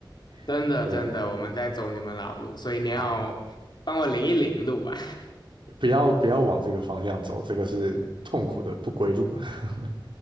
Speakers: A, on the left; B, on the right.
A: 真的真的，
B: <laughs> 对，
A: 我们在走你们老路，所以你要帮我领一领路啊！
B: 好。不要不要往这个方向走，这个是痛苦的不归路。<laughs>